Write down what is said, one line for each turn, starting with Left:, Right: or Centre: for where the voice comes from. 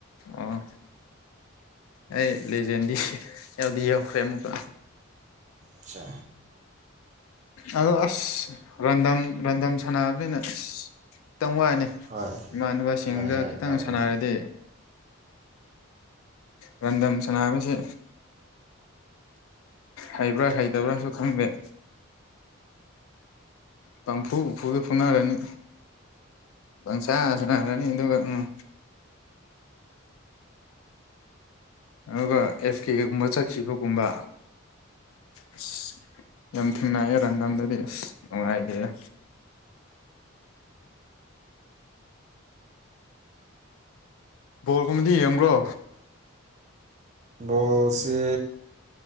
Left: ꯑꯣ ꯑꯩ ꯂꯦꯖꯦꯟꯗꯤ ꯌꯥꯎꯗꯤ ꯌꯥꯎꯈ꯭ꯔꯦ ꯑꯃꯨꯛꯀ
Right: ꯑꯆꯥ
Left: ꯑꯗꯣ ꯑꯁ ꯔꯦꯟꯗꯝ ꯔꯟꯗꯝ ꯁꯥꯟꯅꯕꯅꯤꯅ ꯑꯁ ꯈꯤꯇꯪ ꯋꯥꯏꯅꯦ
Right: ꯍꯣꯏ
Left: ꯏꯃꯥꯟꯅꯕꯁꯤꯡꯒ
Right: ꯍꯣꯏ ꯍꯣꯏ
Left: ꯈꯤꯇꯪ
Right: ꯇꯧꯕꯅꯤ
Left: ꯁꯥꯟꯅꯔꯗꯤ ꯔꯦꯟꯗꯝꯗꯝ ꯁꯅꯥꯕꯁꯤ ꯍꯩꯕ꯭ꯔꯥ ꯍꯩꯇꯕ꯭ꯔꯥꯁꯨ ꯈꯪꯗꯦ ꯄꯥꯡꯐꯨ ꯐꯨꯒ ꯐꯨꯅꯔꯅꯤ ꯄꯪꯁꯥꯟ ꯁꯥꯟꯅꯔꯅꯤ ꯑꯗꯨꯒ ꯎꯝ ꯑꯗꯨꯒ <unintelligible> ꯒꯨꯝꯕ ꯆꯠꯈꯤꯕꯒꯨꯝꯕ ꯑꯁ ꯌꯥꯝ ꯊꯦꯡꯅꯩꯌꯦ ꯔꯦꯟꯗꯥꯝꯗꯗꯤ ꯑꯁ ꯅꯨꯡꯉꯥꯏꯇꯦꯗ ꯕꯣꯜꯒꯨꯝꯕꯗꯤ ꯌꯦꯡꯕ꯭ꯔꯣ
Right: ꯕꯣꯜꯁꯤ